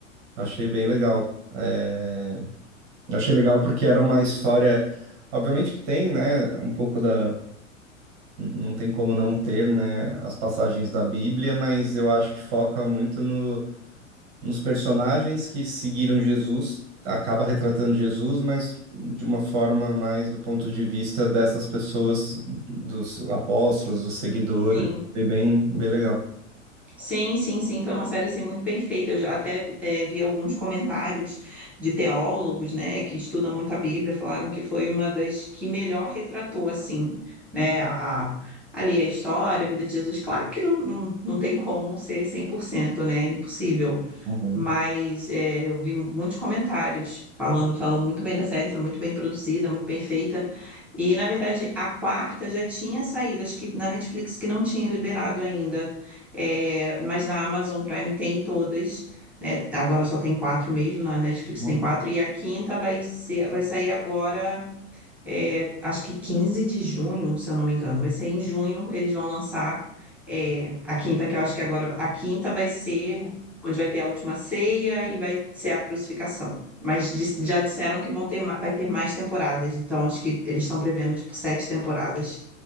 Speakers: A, on the right (about 30°); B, in the centre.
A: Achei bem legal. É, Achei legal porque era uma história, obviamente que tem, né, um pouco da não tem como não ter, né, as passagens da Bíblia, mas eu acho que foca muito no nos personagens que seguiram Jesus, acaba retratando Jesus, mas de uma forma mais do ponto de vista dessas pessoas, dos apóstolos, dos seguidores.
B: Sim,
A: Foi bem, bem legal.
B: Sim, sim, sim, foi uma série assim muito bem feita. Eu já até eh, vi alguns comentários de teólogos, né, que estudam muito a Bíblia, falaram que foi uma das que melhor retratou assim, né, a, a- ali a história, a vida de Jesus. Claro que não, não, não tem como ser cem por cento né, impossível.
A: Uhum,
B: Mas eh, eu vi muitos comentários falando, falando muito bem da série, foi muito bem produzida, muito bem feita. E na verdade a quarta já tinha saído, acho que na Netflix que não tinha liberado ainda. É, mas na Amazon Prime tem todas, né? Agora só tem quatro mesmo, na Netflix
A: uhum.
B: tem quatro, e a quinta vai ser, vai sair agora, é, acho que 15 de junho, se eu não me engano. Vai ser em junho, eles vão lançar é, a quinta, que eu acho que agora a quinta vai ser onde vai ter a última ceia e vai ser a crucificação. Mas dis- já disseram que vão ter, ma- vai ter mais temporadas, então acho que eles estão prevendo tipo sete temporadas.